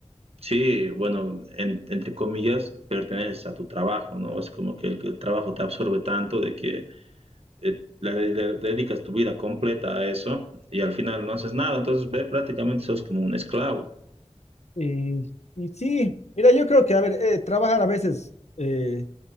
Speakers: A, on the right; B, on the left.
A: Sí, bueno, en- entre comillas, perteneces a tu trabajo, ¿no? Es como que el, que el trabajo te absorbe tanto de que eh, le, le dedicas tu vida completa a eso y al final no haces nada, entonces ve, prácticamente sos como un esclavo.
B: Y, y sí, mira, yo creo que, a ver, eh, trabajar a veces, eh,